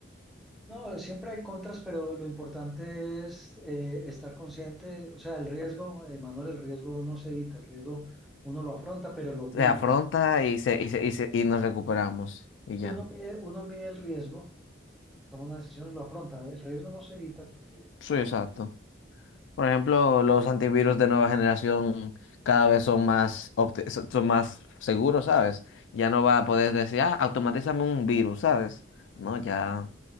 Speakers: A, in the centre; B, on the left.
A: No, eh, siempre hay contras, pero lo importante es eh, estar consciente, o sea, el riesgo, eh, Manuel, el riesgo no se evita, el riesgo uno lo afronta, pero lo mide.
B: Se afronta
A: ¿sí?
B: y, se, y, se- y, se- y nos recuperamos y ya.
A: Si uno mide, uno mide el riesgo, toma una decisión y lo afronta, el riesgo no se evita porque el
B: Sí, exacto.
A: no se
B: Por ejemplo, los antivirus de nueva generación cada vez son más, opti- son son más seguros, ¿sabes? Ya no va a poder decir, ah, automatízame un virus, ¿sabes? No, ya.